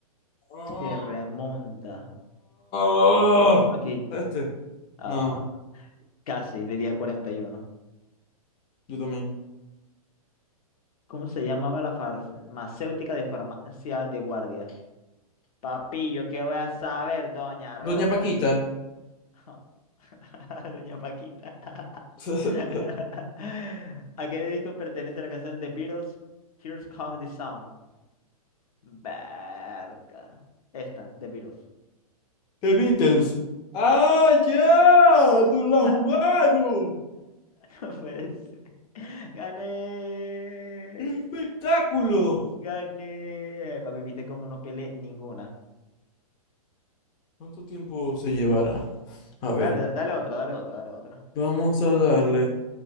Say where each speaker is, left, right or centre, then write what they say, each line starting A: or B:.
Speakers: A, on the left; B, on the left.
A: ah,
B: se remonta?
A: ah.
B: Aquí.
A: Este.
B: Ah,
A: No,
B: casi, le di al 41.
A: yo también.
B: ¿Cómo se llamaba la farmacéutica de farmacia de guardia? Papi, ¿yo qué voy a saber, doña Rosa?
A: Doña Paquita.
B: Oh. <laughs> Doña Paquita.
A: <laughs>
B: <laughs> ¿A qué disco pertenece la canción The Beatles? Here's Come the Sun. Verga. Esta, The Beatles. <laughs>
A: The Beatles. ¡Ah, ya! ¡Nos la
B: Ah,
A: jugaron!
B: No puede ser. Gané.
A: ¡Qué espectáculo!
B: Gané. Papi, viste cómo no peleé ninguna.
A: ¿Cuánto tiempo se llevará?
B: Dale,
A: A ver,
B: dale otra, dale otra, dale otra.
A: vamos a darle